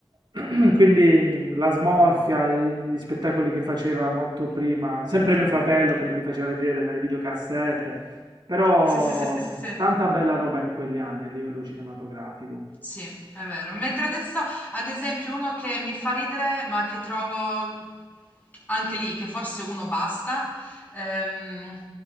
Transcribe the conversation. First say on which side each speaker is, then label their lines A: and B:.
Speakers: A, on the right; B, on the left.
A: <clears throat> Quindi mh, la smorfia, i- gli spettacoli che faceva molto prima, sempre mio fratello che me li faceva vedere nelle videocassette, però
B: Sì, sì, sì, sì, sì, sì.
A: tanta bella roba in quegli anni a livello cinematografico.
B: Sì, è vero. Mentre adesso, ad esempio, uno che mi fa ridere, ma che trovo anche lì, che forse uno basta. ehm,